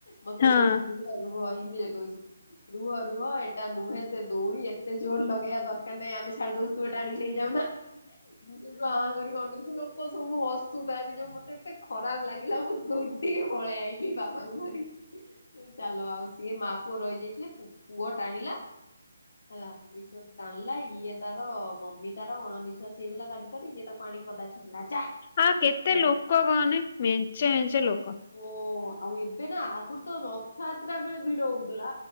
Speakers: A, on the left; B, on the left.
A: ମତେ
B: ହଁ ହଁ
A: କହୁଛି ରୁହ ରୁହ ହିନ୍ଦୀରେ କହୁଛି ରୁହ ରୁହ ଏଟା ନୁହେଁ। ସେ ଦଉଡ଼ି ଏତେ ଜୋର୍ ଲଗେଇଆ ଦରକାର ନାହିଁ ଆମେ ଛାଡ଼ି ଦଉଛ ତୁମେ ଟାଣିକି ନେଇ ଯାଉନା ମୁଁ ସେଠୁ ଆଁ କରିକି ଅନ କିଛି ଲୋକ ସବୁ ହସୁଥାନ୍ତି ଯୋଉ ମତେ ଏତେ ଖରାପ ଲାଗିଲା ମୁଁ ଦୌଡିକି ପଳେଇ ଆଇ ବାପାଙ୍କୁ ଧରି ଚାଲ ଆଉ ସିଏ ମା ପୁଅ ରହିଯାଇଥିଲେ ପୁଅ ଟାଣିଲା। ହେଲା ଈଶ୍ୱର ଟାଣିଲା ଇଏ ତାର ମମି ତାର ଅଣ ନିିଶ୍ଵାସ ହେଇଗଲା ତା ଭିତରେଇଏ ତାର ପାଣି ପଦା ଛାଟିଲା <unintelligible>
B: ଆଉ କେତେ ଲୋକ କହନି ମେଞ୍ଚେ ମେଞ୍ଚେ ଲୋକ
A: ଓ ଆଉ ଏବେ ନା ଆଗରୁ ତ ରଥଯାତ୍ରା ବେଳେ ଭିଡ଼ ହଉଥିଲା